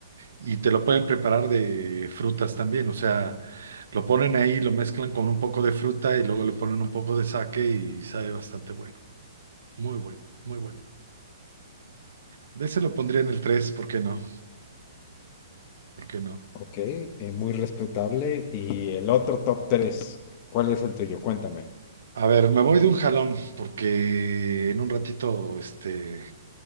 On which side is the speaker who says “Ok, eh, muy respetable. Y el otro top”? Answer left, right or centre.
Left